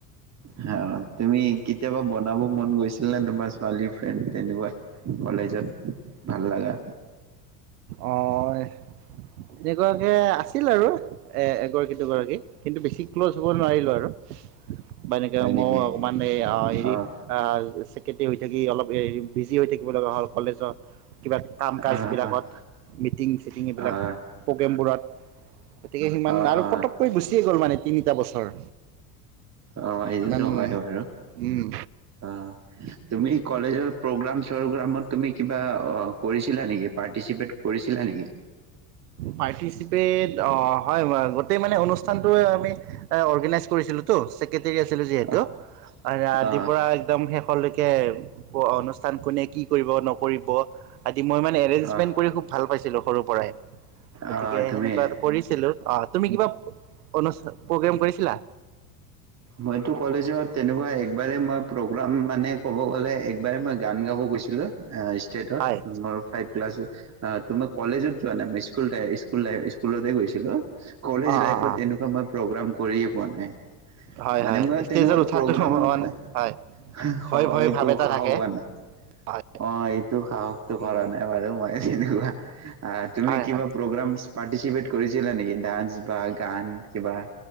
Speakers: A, on the right (about 35°); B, on the right (about 85°).
A: হ' তুমি কেতিয়াবা বনাব মন গৈছে ছিল নে তোমাৰ ছোৱালী ফ্ৰেণ্ড তেনেকুৱা কলেজত, ভাল লগা?
B: অ' এগৰাকী আছিল আৰু, এ, এগৰাকী দুগৰাকী, কিন্তু বেছি ক্ল'ছ হ'ব নোৱাৰিলো আৰু বা এনেকে
A: হয় নেকি?
B: মও অকমান
A: অ',
B: হেৰি, ছেক্ৰেটৰী হৈ থাকি অলপ বিজি হৈ থাকিব লগা হ'ল, কলেজত, কিবা কাম কাজ
A: অ',
B: বিলাকত।
A: অ', অ',
B: মিটিং চিটিং এইবিলাক,
A: অ',
B: প্ৰগ্ৰেমবোৰত, গতিকে সিমান
A: অ',
B: আৰু
A: অ'।
B: ফটককৈ গুচি গ'ল মানে তিনিটা বছৰ
A: অ সেইটোতো
B: ইমান
A: হয় বাৰু,
B: উম
A: অ, তুমি কলেজৰ প্ৰগ্ৰাম চগ্ৰামত তুমি কিবা অ' কৰিছিলা নেকি? পাৰ্টিচিপেট কৰিছিলা নেকি?
B: পাৰ্টিচিপেট অ', হয়, গোটেই মানে অনুষ্ঠানটো আমি অৰ্গেনাইজ কৰিছিলোঁ তো ছেক্ৰেটেৰী আছিলো যিহেতু,
A: অ',
B: আৰু আদিৰ
A: অ',
B: পৰা একদম শেষৰ লৈকে কে অনুষ্ঠান কোনে কি কৰিব, নকৰিব মই মানে এৰেঞ্জমেণ্ট
A: অ',
B: কৰি খুউব ভাল পাইছিলোঁ। সৰু পৰাই গতিকে
A: অ', তুমি
B: সেনেকুৱা এ কৰিছিলো। অ তুমি কিবা অনুষ্ঠা, প্ৰগ্ৰেম কৰিছিলা?
A: মইতো কলেজত তেনেকুৱা এক একবাৰে মই প্ৰগ্ৰাম মানে ক'ব গ'লে একবাৰে মই গান গাব গৈছিলো ষ্টেটত
B: হয়
A: মই ফাইপ ক্লাছ অ তুমাৰ কলেজত যোৱা নাই স্কুলে স্কুলে স্কুলতে গৈছিলো। কলেজ
B: অ'
A: লাইফত
B: অ' অ'
A: এনেকুৱা মই প্ৰগ্ৰাম কৰিয়ে পোৱা নাই।
B: হয়
A: মানে
B: হয়
A: মই
B: ষ্টেজত
A: তেনেকুৱা
B: উঠাটো
A: প্ৰগ্ৰামত
B: হয়
A: হে
B: ভয় ভয়
A: এইটো
B: ভাৱ এটা
A: সাহস
B: থাকে
A: হোৱা নাই।
B: হয়
A: অ এইটো সাহসটো কৰা
B: উম
A: নাই বাৰু মই কেনেকুৱা তুমি
B: হয়
A: কিবা
B: হয়
A: প্ৰগ্ৰাম্ছ পাৰ্টিচিপেট কৰিছিলা নেকি? ডান্স বা গান কিবা?